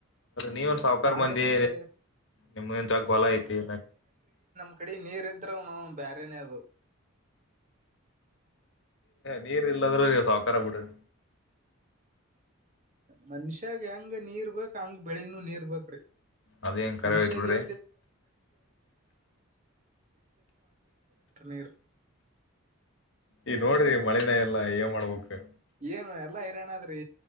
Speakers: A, on the left (about 60°); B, on the right (about 35°).
A: ನೀವೇನ್ ಸಾವ್ಕಾರ್
B: ಮಾಡ್ಲಿಕ್ಕಂದ್ರ
A: ಮಂದಿ ನಿಮಗೇನು ಹೊಲ ಇದೆ
B: ಈ ಕಡೆ ನೀರಿದ್ರೆ ಬೇರೇನೇ ಅದು
A: ನೀರ್ ಇಲ್ಲಾಂದ್ರೆ ನೂ ನೀವ್ ಸವ್ಕರ್ರು ಬಿಡ್ರಿ
B: ಮನುಷ್ಯನಿಗೆ ಎಂಗ್ ನೀರು ಬೇಕೊ ಹಂಗೆ ಬೆಳೆಗೂ ನೀರ್ ಬೇಕು
A: ಅದೇನ್ ಕರೆ
B: ಮನುಷ್ಯ
A: ಐತ್ ಬಿಡ್ರಿ
B: ಗೆ <unintelligible>
A: ಈ ನೋಡ್ರಿ ಮಳೆನೇ ಇಲ್ಲ ಏನ್ ಮಾಡ್ಬೇಕ್ರಿ
B: ಏನು ಎಲ್ಲಾ ಹೈರಾಣ ಅದ್ರಿ